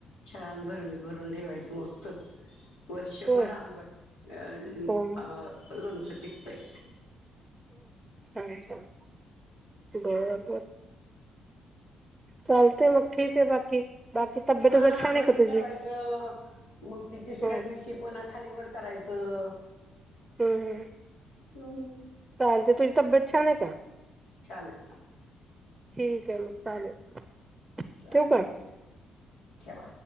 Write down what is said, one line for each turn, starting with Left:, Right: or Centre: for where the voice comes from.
Left: छान भरणी भरून. भरून ठेवायच मस्त वर्षभर
Right: होय
Left: आंबट अं उम
Right: हम्म
Left: अं लोणचं टीकतंय.
Right: आहे छान बरं. चालतय मग ठीक आहे बाकी. बाकी तब्येत
Left: हा
Right: वगैरे छान
Left: भरून
Right: आहे का तुझी
Left: ठेवायचं मग त तिसऱ्या
Right: हम्म
Left: दिवशी पुन्हा खाली वर करायचं.
Right: हम्
Left: हम्म.
Right: चालते तुझी तब्येत छान आहे का?
Left: छान हाय.
Right: ठीक आहे मग चालेल.
Left: चालेल
Right: ठेवू का
Left: ठेवा.